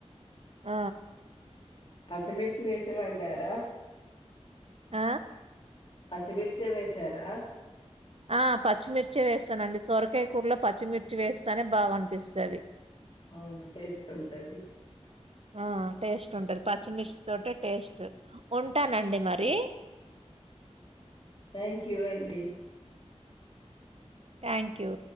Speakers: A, on the right; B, on the left.
A: ఆ
B: పచ్చమిర్చి వేసి వండారా.
A: ఆ
B: పచ్చిమిర్చి వేశారా?
A: ఆ పచ్చిమిర్చే వేస్తానండి. సొరకాయ కూరలో పచ్చిమిర్చి వేస్తనే బాగా అనిపిస్తది.
B: అవును టేస్ట్ ఉంటది
A: ఆ టేస్ట్ పచ్చిమిర్చి తోటి టేస్ట్ ఉంటానండి మరి
B: థ్యాంక్ యూ అండి
A: థ్యాంక్ యూ